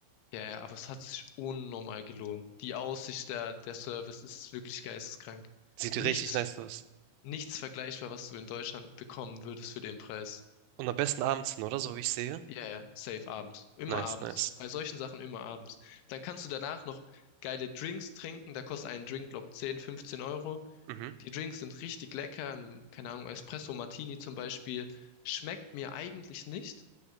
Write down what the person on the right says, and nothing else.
Sieht
richtig nice aus.
Und am besten abends hin, oder? So wie ich sehe.
Nice,
nice.
Mhm.